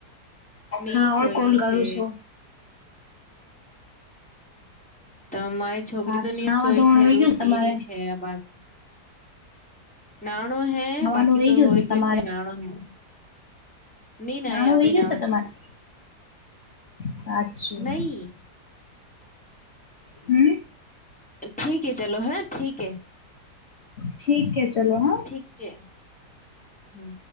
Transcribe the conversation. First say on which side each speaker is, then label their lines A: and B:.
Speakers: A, in the centre; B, on the left.
A: ની
B: હા ઓર
A: સોઈ
B: કોલ કરુ
A: છે
B: છુ.
A: તો મારી છોકરી
B: સાચું
A: તો ની
B: નાવા
A: સોય
B: ધોવાનું
A: છે
B: વહી
A: દૂધ
B: ગયું
A: પીરી
B: તમારે
A: છે અમાર નાણો હે
B: નાવાનું
A: બાકી
B: વહી
A: તો
B: ગયું
A: હોય ગ્યો
B: તમારે
A: છે, નાણો હે ની
B: નાણું
A: ના એ અભી
B: હોય
A: નાવ
B: ગશે તમારા
A: છું
B: સાચી
A: નહી
B: હમ
A: ઠીક હ ચલો હે ઠીકે
B: ઠીક હે ચલો હા.
A: ઠીક છે હમ